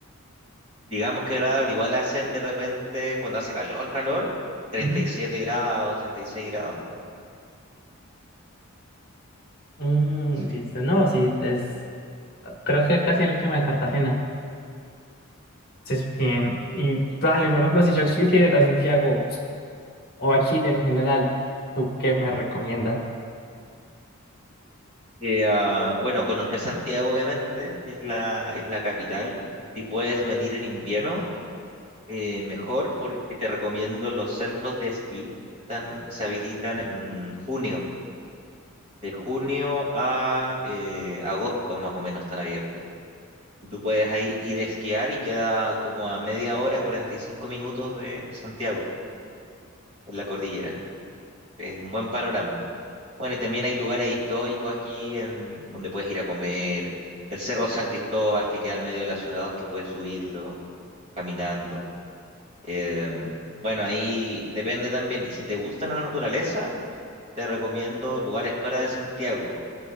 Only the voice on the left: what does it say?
Ujú.
Mm,
listo. No, sí, es. Creo que es casi lo que me da Cartagena. es bien. Y dale, por ejemplo, si yo quisiera ir a Santiago o a Chile en general, ¿tú qué me recomiendas?